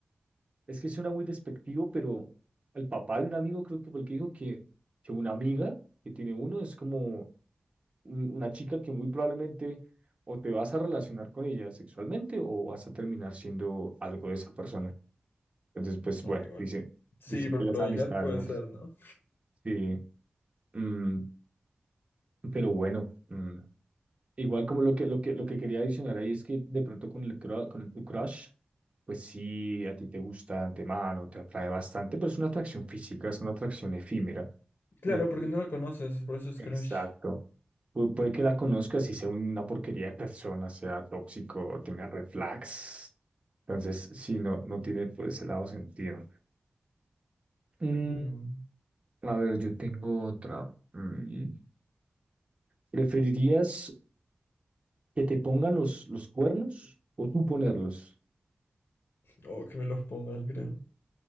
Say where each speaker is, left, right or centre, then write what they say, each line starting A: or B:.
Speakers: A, on the right; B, on the left.
A: Es que suena muy despectivo, pero el papá de un amigo creo que fue el que dijo que, que una amiga que tiene uno es como un- una chica que muy probablemente o te vas a relacionar con ella sexualmente o vas a terminar siendo algo de esa persona. Entonces, pues bueno,
B: Oh, igual.
A: dicen,
B: Sí,
A: dicen
B: por
A: que las
B: probabilidad
A: amistades
B: puede
A: no
B: ser,
A: existen.
B: ¿no?
A: Sí, mm, pero bueno, mm, Igual como lo que, lo que, lo que quería adicionar ahí es que de pronto con el, cru- con el, tu crush, pues sí, a ti te gusta de antemano, te atrae bastante, pero es una atracción física, es una atracción efímera.
B: Claro,
A: Puede
B: porque
A: que,
B: no la conoces, por eso es
A: exacto.
B: crush.
A: Pu- puede que la conozcas y sea una porquería de persona, sea tóxico, tenga red flags. Entonces, sí, no, no tiene por ese lado sentido. Mm,
B: Mm.
A: a ver, yo tengo otra. Mm, ¿preferirías que te pongan los, los cuernos o tú ponerlos?
B: Oh, que me los pongan, creo.